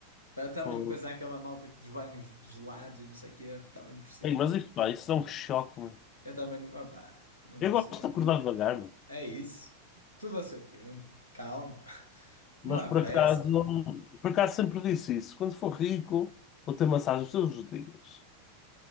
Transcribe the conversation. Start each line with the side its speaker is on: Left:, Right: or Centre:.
Right: Pá, Também
Left: fogo.
Right: depois há aquela malta que dos banhos gelados e não sei o quê. Também não percebo,
Left: Ei, mas
Right: meu.
Left: isto, pá, isso é um choque, mano.
Right: Eu também não, opá, não
Left: Eu
Right: percebo.
Left: gosto de acordar devagar, mano.
Right: É isso. Tudo a seu tempo. Calma. <laughs> Não
Left: Mas
Right: há
Left: por
Right: pressa.
Left: acaso, não- por acaso sempre disse isso. Quando for rico, vou ter massagens todos os dias.